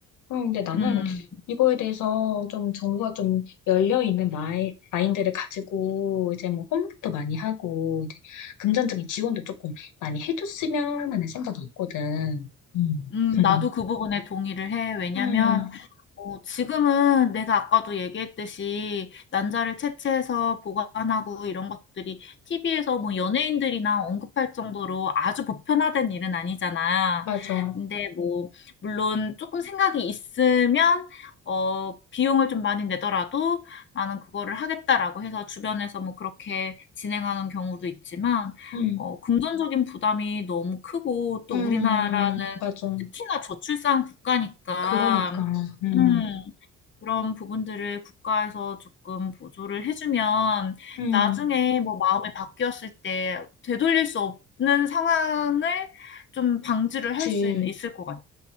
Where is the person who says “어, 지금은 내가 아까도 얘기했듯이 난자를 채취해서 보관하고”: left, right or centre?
Left